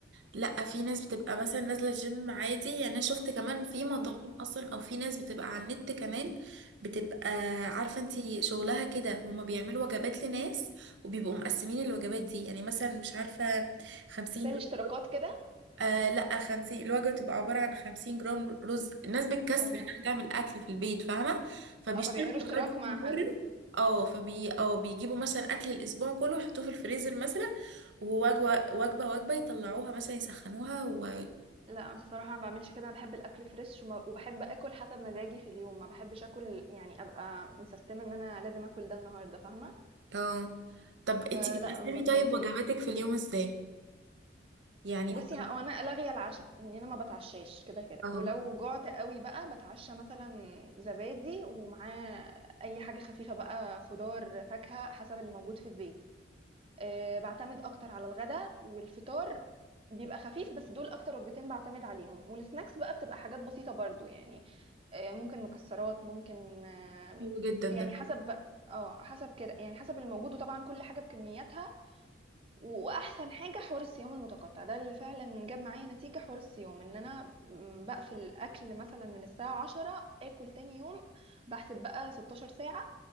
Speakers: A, on the right (about 75°); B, on the right (about 30°).
A: لا في ناس بتبقى مثلا نازله جيم عادي يعني انا شفت كمان في مطاعم
B: امم
A: اصلا او في ناس بتبقى على النت كمان بتبقى عارفه انتي شغلها كده هما بيعملوا وجبات لناس وبيبقوا مقسمين الوجبات دي يعني مثلا مش عارفه 50
B: ده الاشتراكات
A: جرام
B: كده
A: آه لا خمسين الوجبة بتبقى عبارة عن خمسين جرام رز الناس بتكسل
B: اه
A: انها تعمل أكل في البيت فاهمة فبيشتروا
B: اه فبيعملوا اشتراك
A: الوجبات
B: مع
A: دي من بره
B: حد
A: اه فبي اه بيجيبوا مثلا أكل الأسبوع كله يحطوه في الفريزر مثلا ووجبة وجبة وجبة يطلعوها مثلا يسخنوها و
B: لا بصراحه ما بعملش كده انا بحب الاكل فريش وما... وبحب اكل حسب مزاجي في اليوم ما بحبش اكل يعني ابقى مسستمه ان انا لازم اكل ده النهارده فاهمه
A: اه طب انتي
B: فلا
A: بتقسمي
B: ب-
A: طيب
B: بمزاجي
A: وجباتك في اليوم ازاي؟ يعني
B: بصي
A: بت-
B: ه- هو انا لاغيه العشاء يعني انا ما بتعشاش كده كده
A: اه
B: ولو جعت قوي بقى بتعشى مثلا زبادي ومعاه اي حاجه خفيفه بقى خضار فاكهه حسب اللي موجود في البيت أه بعتمد اكتر على الغداء والفطار بيبقى خفيف بس دول اكتر وجبتين بعتمد عليهم والسناكس بقى بتبقى حاجات بسيطه برضو يعني أه ممكن مكسرات ممكن أه
A: حلو جدا
B: يعني
A: ده
B: حسب بقى اه حسب كده يعني حسب الموجود وطبعا كل حاجه بكمياتها واحسن حاجه حوار الصيام المتقطع ده اللي فعلا جاب معايا نتيجه حوار الصيام ان انا م- بقفل اكل مثلا من الساعه 10 اكل تاني يوم بحسب بقى 16 ساعه